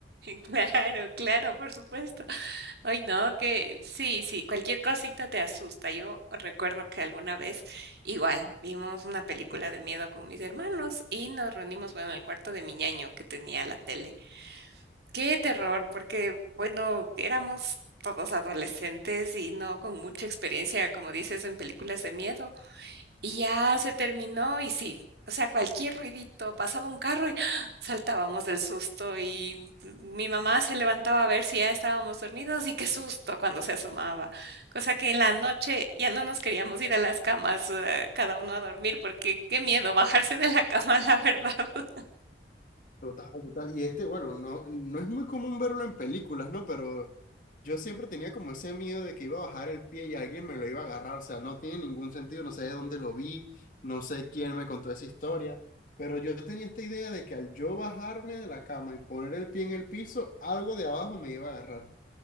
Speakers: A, on the right; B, on the left.
A: Claro, claro, por supuesto. Ay, no, que sí, sí, cualquier cosita te asusta. Yo recuerdo que alguna vez igual vimos una película de miedo con mis hermanos y nos reunimos, bueno, en el cuarto de mi ñaño que tenía la tele. Qué terror, porque, bueno, éramos todos adolescentes y no con mucha experiencia, como dices, en películas de miedo. Y ya se terminó y sí, o sea, cualquier ruidito, pasaba un carro y ¡ah! saltábamos del susto y mi mamá se levantaba a ver si ya estábamos dormidos y qué susto cuando se asomaba. Cosa que en la noche ya no nos queríamos ir a las camas, eh, cada uno a dormir porque qué miedo bajarse de la cama, <laughs> la verdad. <laughs>
B: Total, total. Y este, bueno, no, no es muy común verlo en películas, ¿no? Pero yo siempre tenía como ese miedo de que iba a bajar el pie y alguien me lo iba a agarrar. O sea, no tiene ningún sentido, no sé de dónde lo vi, no sé quién me contó esa historia. Pero yo tenía esta idea de que al yo bajarme de la cama y poner el pie en el piso, algo de abajo me iba a agarrar.